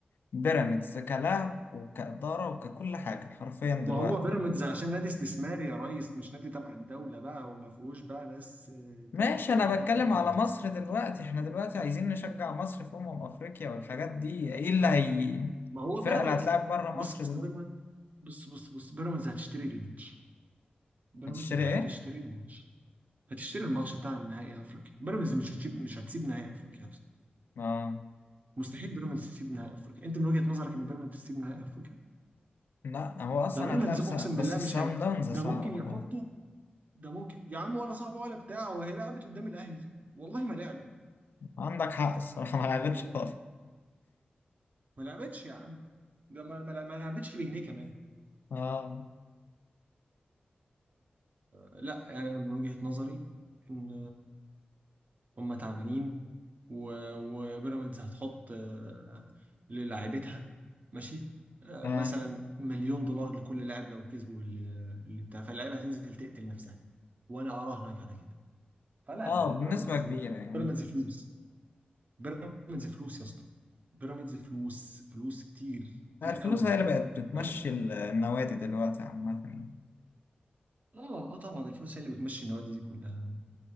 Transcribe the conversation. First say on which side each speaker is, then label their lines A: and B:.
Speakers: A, on the left (about 75°); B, on the right (about 50°).
A: بيراميدز كلاعب وكإدارة وككل حاجة حرفيا
B: ما
A: دلوقتي
B: هو بيراميدز
A: يعني
B: عشان نادي استثماري يا ريس مش نادي تبع الدوله بقى وما فيهوش بقى ناس آه،
A: ماشي
B: تلعب كده
A: أنا
B: ولا
A: بتكلم
B: تلعب كده
A: على
B: ما هو استثماري
A: مصر دلوقتي احنا دلوقتي عايزين نشجع مصر في أمم أفريقيا والحاجات دي ايه اللي هي
B: ما هو
A: الفرقة
B: بيراميدز
A: اللي هتلعب بره مصر
B: بص اصل
A: دلوقتي
B: بيراميدز بص بص بص بيراميدز هتشتري الماتش بيراميدز
A: هتشتري
B: هتشتري
A: ايه؟
B: الماتش هتشتري الماتش بتاع النهائي افريقيا بيراميدز مش هتسيب مش هتسيب نهائي افريقيا اصلا
A: اه
B: مستحيل بيراميدز تسيب نهائي افريقيا انت من وجهة نظرك ان بيراميدز تسيب نهائي افريقيا
A: لا هو أصلا
B: ده بيراميدز
A: هتلعب س...
B: اقسم
A: بس
B: بالله
A: الساوند
B: مش هي
A: داونز
B: ده
A: صعبة
B: ممكن يحطه
A: برضه
B: ده ممكن يا عم ولا صعبه ولا بتاع وهي لعبت قدام الاهلي والله ما لعبت
A: عندك حق الصراحة ما لعبتش
B: والله
A: خالص
B: ما لعبتش يا عم ده ما ما ما لعبتش بجنيه كمان
A: اه
B: لا يعني انا من وجهة نظري ان هم تعبانين و- وبيراميدز هتحط آه، للاعيبتها ماشي آه،
A: اه
B: مثلا مليون دولار لكل لاعب لو كسبوا بال- اللي بتاع فاللعيبه هتنزل تقتل نفسها وانا اراهنك على كده فلا
A: اه
B: لا لا
A: بنسبة
B: بيراميدز
A: كبيرة يعني
B: بيراميدز فلوس بيراميدز فلوس يا اسطى بيراميدز فلوس فلوس كتير كتير
A: الفلوس
B: قوي
A: هي اللي بقت بتمشي
B: ف...
A: ال- النوادي دلوقتي عامة يعني.
B: اه اه طبعا الفلوس هي اللي بتمشي النوادي دي كلها